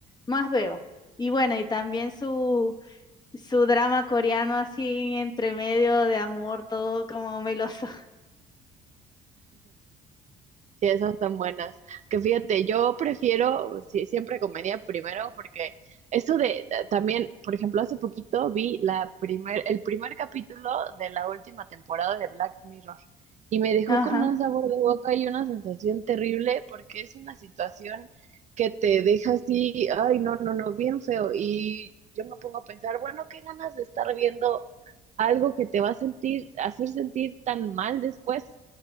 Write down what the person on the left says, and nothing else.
más veo. Y bueno, y también su, su drama coreano así entre medio de amor, todo como meloso.
<laughs> Ajá.